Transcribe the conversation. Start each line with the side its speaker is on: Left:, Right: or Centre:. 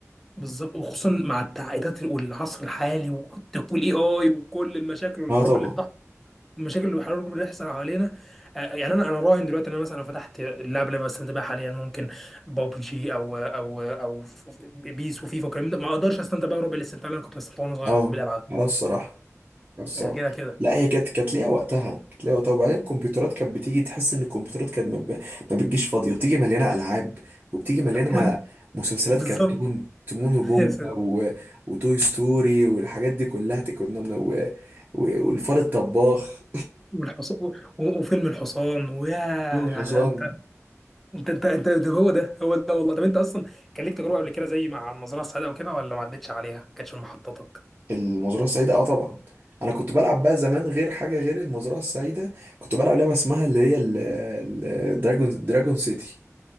Centre: بالظبط وخصوصا مع التعقيدات والعصر الحالي وتقول اي اي وكل المشاكل والحروب
Right: اه طبعا
Centre: اللي بتحصل المشاكل اللي بيحاولوا بيحصل حوالينا آه، يعني انا انا راهن دلوقتي ان انا مثلا لو فتحت اللعبه اللي انا بستمتع بيها حاليا ممكن بابجي او او او ف- ف- بيس وفيفا والكلام ده ما اقدرش استمتع بقى ربع الاستمتاع اللي انا كنت بستمتع وانا صغير
Right: اه
Centre: بالالعاب
Right: اه الصراحة الصراحه
Centre: آه، كده كده
Right: لا هي كانت كانت ليها وقتها كانت ليها وقتها وبعدين الكمبيوترات كانت بتيجي تحس ان الكمبيوترات كانت ما ب- ما بتجيش فاضيه بتيجي مليانه العاب وبتيجي مليانه
Centre: من
Right: مسلسلات
Centre: بالظبط
Right: كرتون تيمون وبومبا
Centre: <laughs> يا ساتر
Right: و... وتوي ستوري والحاجات دي كلها ت- كنا من... و... و... والفار الطباخ
Centre: والحصان و- و- وفيلم الحصان ويا
Right: <laughs> دول
Centre: يعني
Right: الحصان
Centre: انت انت انت, انت ده هو ده هو ده والله طب انت اصلا كان ليك تجربه قبل كده زي مع مزرعه السعاده وكده ولا ما عدتش عليها؟ ما كانتش من محطاتك؟
Right: المزرعه السعيده اه طبعا انا كنت بلعب بقى زمان غير حاجه غير المزرعه السعيده كنت بلعب لعبه اسمها اللي هي ال... ال... دراجون دراجون سيتي